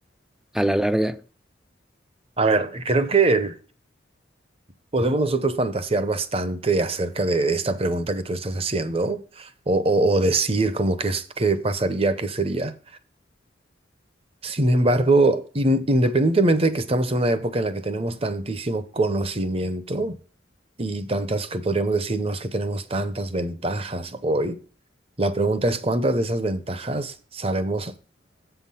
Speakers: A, in the centre; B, on the right.
A: a la larga?
B: A ver, creo que podemos nosotros fantasear bastante acerca de esta pregunta que tú estás haciendo o, o- o decir como que es, qué pasaría, qué sería. Sin embargo, in- independientemente de que estamos en una época en la que tenemos tantísimo conocimiento y tantas que podríamos decir, no es que tenemos tantas ventajas hoy, la pregunta es cuántas de esas ventajas sabemos